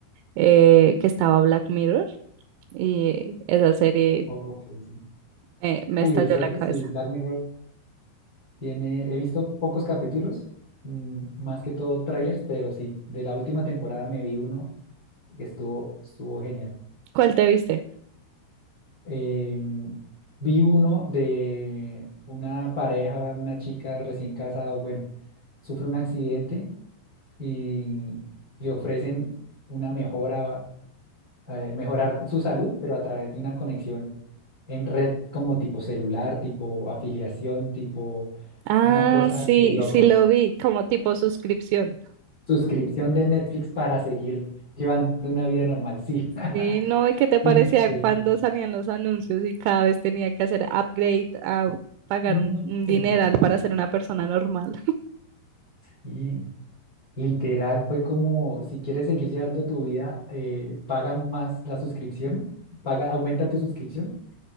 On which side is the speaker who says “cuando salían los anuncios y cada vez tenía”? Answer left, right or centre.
Right